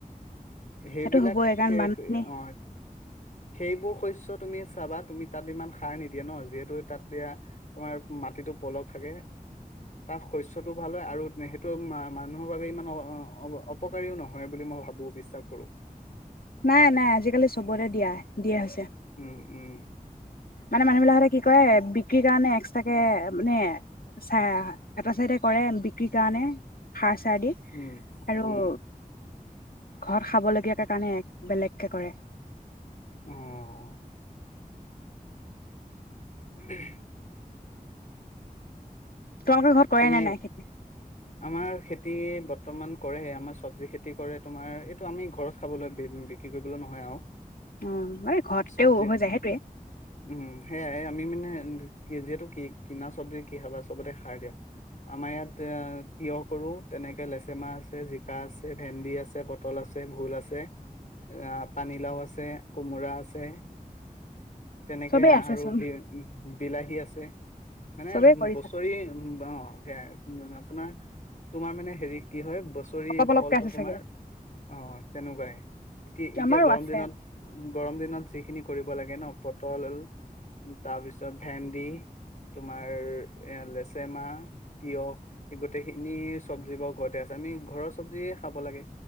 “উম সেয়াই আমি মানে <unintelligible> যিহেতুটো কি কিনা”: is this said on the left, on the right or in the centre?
Left